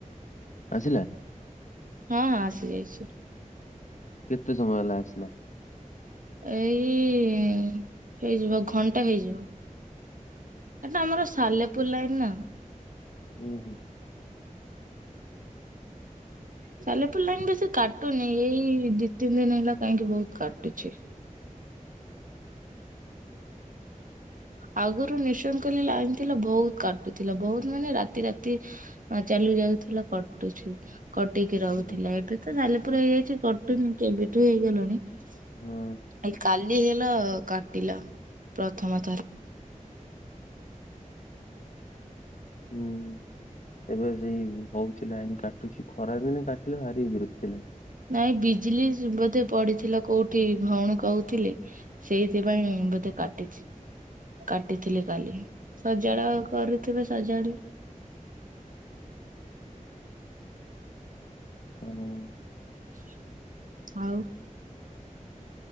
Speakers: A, on the left; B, on the right.
A: <inaudible>
B: ହଁ ହଁ! ଆସିଯାଇଛି।
A: କେତେ ସମୟ ହେଲା ଆସିଲା?
B: ଏଇ ହେଇଯିବ, ଘଣ୍ଟା--ହେଇଯିବ। ଏଟା ଆମର ସାଲେପୁର୍ ଲାଇନ୍‌ ନା।
A: <inaudible>
B: ସାଲେପୁର୍ ଲାଇନ୍‌ ବେଶୀ କାଟୁନି, ଏଇ ଦି ତିନ୍ ଦିନ୍‌ ହେଲା କାହିଁକି ବହୁତ୍ କାଟୁଛି। ଆଗରୁ ଲାଇନ ଥିଲା ବହୁତ୍ କାଟୁଥିଲା, ବହୁତ୍ ମାନେ ରାତି ରାତି ଚାଲୁ ଯାଉଥିଲା। କଟୁ କଟିକି ରହୁଥିଲା,
A: ହୁଁ
B: ଏବେ ତ ସାଲେପୁର୍ ହେଇଯାଇଛି। କଟୁନି କେବେଠୁ ହେଇଗ
A: ହୁଁ
B: କାଲି ହେଲା କାଟିଲା, ପ୍ରଥମ
A: <inaudible> ଏବେ ସେଇ ହଉଛି, ଲାଇନି କାଟୁଛି ଖରା ଦିନେ କାଟିଲେ ଭାରି ବିରକ୍ତି ଲାଗେ।
B: ନାଇଁ ବିଜିଲି ବଧେ ପଡ଼ିଥିଲା କଉ ଭଉଣୀ କହୁଥିଲେ, ସେଇଥି ପାଇଁ ବଧେ କାଟିଛି। କାଟିଥିଲେ କାଲି, ସଜାଡ଼ା କରୁଥିବେ ସଜାଡ଼ି
A: <inaudible>
B: <inaudible>